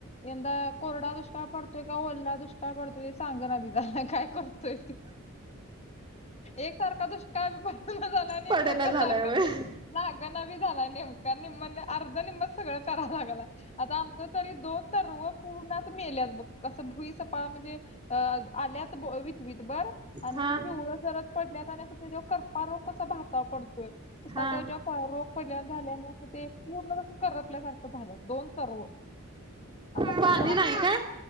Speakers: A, on the left (about 30°); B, on the right (about 20°).
A: यंदा कोरडा दुष्काळ पडतोय का ओलला दुष्काळ पडतोय ते सांग ना बी झालं काय करतोय ते एक सारखा दुष्काळ बी झाला आणि
B: पडना
A: एकसारखा
B: झालाय होय
A: लागना भी झाला नेमका निम्म अर्ध निम्म सगळं करायला लागला. आता आमचं तरी दोन तर न मेल्यास बघ असं भुई सपाळ पान अ म्हणजे आल्यात इथं बरं आणि
B: हा
A: पिवळ जर पडल्या आणि त्याच्यावर करपा रोग कसा भातावर पडतोय. तसं
B: हा
A: त्या ज्या रोग पडल्या झाल्या असं ते पूर्ण जसं करपल्यासारखं झालं दोन सर्व आता
B: पाणी
A: तर त्याला
B: नाही काय